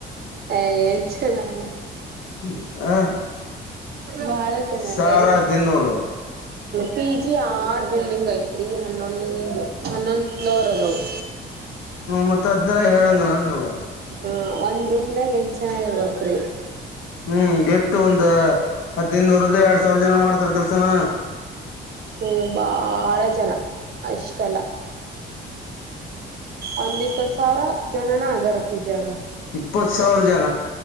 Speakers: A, on the right (about 55°); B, on the left (about 85°).
A: ಏ ನಲ್ಲೆ.
B: ಹ್ಮ ಹ
A: ಬಹಳ ಚೆನ್ನಾಗದಾ
B: ಸಾವಿರ
A: ರೀ.
B: ಹದಿನೈನೂರು
A: ಪಿ ಜಿ ಆರ್ ಬಿಲ್ಡಿಂಗ್ ಐತ್ ರೀ ಹನ್ನೊಂದು ಹನ್ನೊಂದು ಫ್ಲೋರ್ ಅದವ್.
B: ಮತ್ ಅದ್ನೆಲ್ಲ ಹೇಳಂಗಲ್ಲ ನೀವು.
A: ಹ ಒಂದ್ ರೂಮ್ನಾಗ ಹೆಂಟ್ ಜನ ಇರ್ಬಕ್ ರೀ.
B: ಹ್ಮ್ ಎಟ್ಟು ಒಂದ್ ಹದ್ ನೈದನೂರಿಂದ ಎರಡ್ ಸಾವಿರ ಜನ ಮಾಡ್ತಾರ ಕೆಲ್ಸನ.
A: ಅಯ್ಯೋ ಬಾಳ ಜನ ಅಷ್ಟಲ್ಲ. ಒಂದಿಪ್ಪತ್ ಸಾವರ ಜನಾನ ಅದಾದ ಪಿ ಜಿ ಯಾಗ.
B: ಇಪ್ಪತ್ ಸಾವರ್ ಜನ.